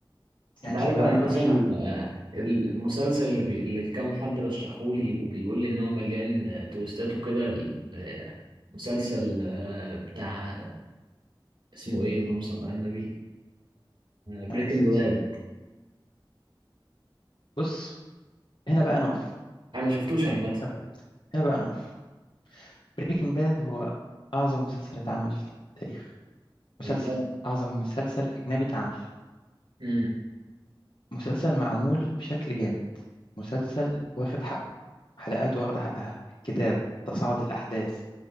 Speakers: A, on the left (about 65°); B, on the right (about 75°).
A: يعني
B: انت عارف
A: الفيلم ده
B: يا هندسه
A: ارشحه
B: ال- ال- المسلسل اللي, بي... اللي كام حد رشحهولي وبيقول لي ان هو مليان آه، تويستات وكده ال- آه، مسلسل آه، بتاع اسمه ايه اللهم صل على النبي بريكنج
A: على الصلاة
B: باد
A: والسلام بص هنا بقى نقف
B: انا ما شفتوش عامه
A: هنا بقى هنا بقى نقف بريكنج باد هو أعظم مسلسل اتعمل في التاريخ
B: والله
A: مسلسل أعظم مسلسل أجنبي اتعمل
B: امم
A: مسلسل معمول بشكل جامد مسلسل واخد حقه حلقاته واخدة حقها الكتابة تصاعد الأحداث